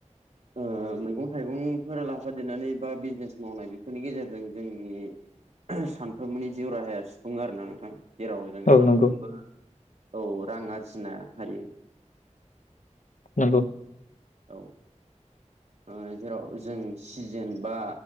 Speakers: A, on the right; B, on the left.
A: ओ मैगं थाइगंफोर लाफा देनानै बा बिजनेस मावनाय बेफोरनि गेजेरजों जोंनि सानफ्रोमबोनि जिउ राहाया सुफुङो आरो ना नोंथां जेराव जों
B: औ
A: सानफ्रामबो
B: नंगौ
A: औ रां आरजिनो हायो
B: नंगौ
A: औ ओ जेराव जों सिजेन बा